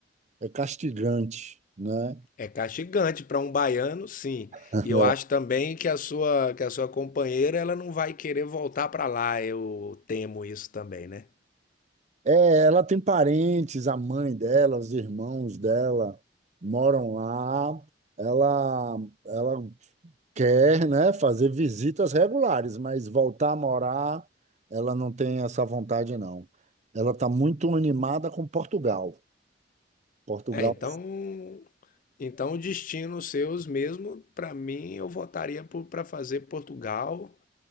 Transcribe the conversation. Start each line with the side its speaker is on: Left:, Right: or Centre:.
Right: é castigante, né?
Left: É castigante para um baiano, sim.
Right: <laughs>
Left: E eu acho também que a sua que a sua companheira ela não vai querer voltar para lá. Eu temo isso também, né?
Right: É, ela tem parentes, a mãe dela, os irmãos dela moram lá. Ela, ela quer, né, fazer visitas regulares, mas voltar a morar, ela não tem essa vontade, não. Ela está muito animada com Portugal. Portugal,
Left: É, então Então, o destino seus mesmo, para mim, eu votaria para fazer Portugal.